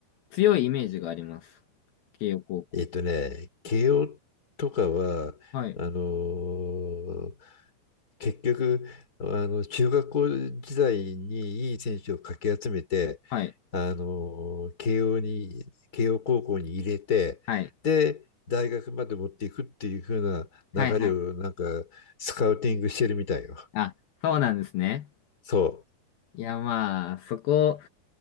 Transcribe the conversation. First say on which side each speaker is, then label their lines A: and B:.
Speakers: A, on the left; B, on the left.
A: 強いイメージがあります。慶応高校。
B: えっとね、慶応とかは、
A: はい。
B: あのー結局、あの、中学校時代にいい選手をかき集めて、
A: はい。
B: あのー慶応に、慶応高校に入れて、
A: はい。
B: で、大学まで持っていくっていう風な流れを、
A: はいはい。
B: なんか、スカウティングしてるみたいよ。
A: あ、そうなんですね。
B: そう。
A: いやまあ、そこ、